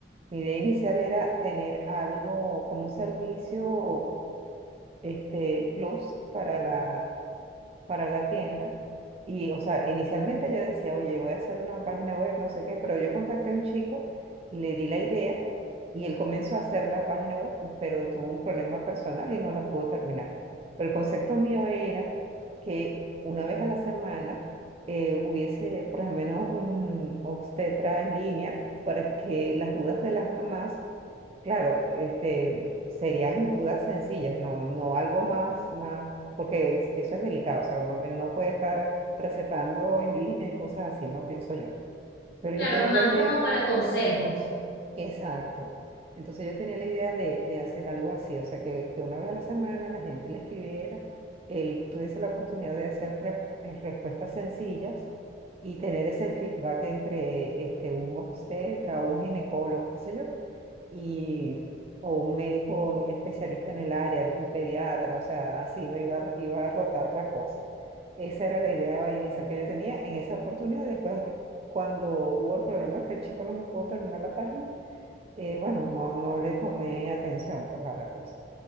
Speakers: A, on the right; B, on the left.
A: mi idea inicial era tener algo como un servicio, este, plus para la, para la tienda. Y, o sea, inicialmente yo decía, oye, voy a hacer una página web, no sé qué, pero yo contacté a un chico, le di la idea y él comenzó a hacer la página web, pero tuvo un problema personal y no la pudo terminar. Pero el concepto mío era que una vez a la semana eh, hubiese por lo menos un obstetra en línea para que las dudas de las mamás Claro, este, serían dudas sencillas, no, no algo más, más, porque es- eso es delicado, o sea, uno- él no puede estar recetando en línea y cosas así, no pienso yo. Pero
B: Claro,
A: yo tenía
B: más
A: la idea,
B: como para consejos.
A: exacto, entonces yo tenía la idea de, de hacer algo así, o sea, que, que una vez a la semana la gente le escribiera, él tuviese la oportunidad de hacer re- eh, respuestas sencillas y tener ese feedback entre este, un obstetra o un ginecólogo, qué sé yo y, o un médico especialista en el área, un pediatra, o sea, así, ¿no? Iba, a- iba a rotar la cosa. Esa era la idea inicial que yo tenía en esa oportunidad. Después, cuando hubo el problema que el chico no me pudo terminar la página, eh, bueno, no, no le tomé atención pues a la cosa.